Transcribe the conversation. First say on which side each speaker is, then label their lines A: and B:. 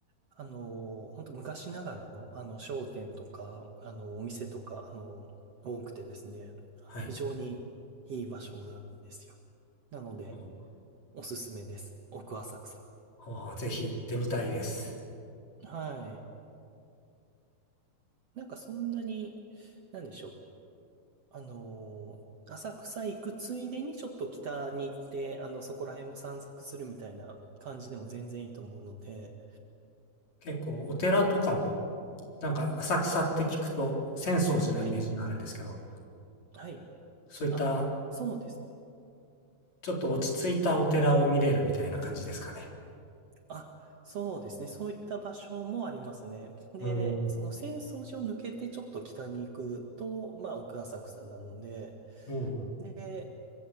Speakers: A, on the right (about 50°); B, on the left (about 50°).
A: あの、本当昔ながらのあの商店とか、あのお店とか、あの、多くてですね、あの非常にいい場所なんですよ。
B: はい。
A: なので、
B: うん、
A: おすすめです。奥浅草。
B: あーぜひ行ってみたいです。
A: はい。なんかそんなに、なんでしょう。あのー、浅草行くついでにちょっと北に行って、あの、そこら辺も散策するみたいな感じでも全然いいと思うので、
B: 結構、お寺とかも、なんか浅草って聞くと、浅草寺のイメージがあるんですけど、
A: はい、はい。
B: そういった、
A: あ、そうですね。
B: ちょっと落ち着いたお寺を見れるみたいな感じですかね。
A: あ、そうですね。そういった場所もありますね。で、
B: うん。
A: その浅草寺を抜けてちょっと北に行くと、まあ、奥浅草なので、
B: うんうん。
A: で、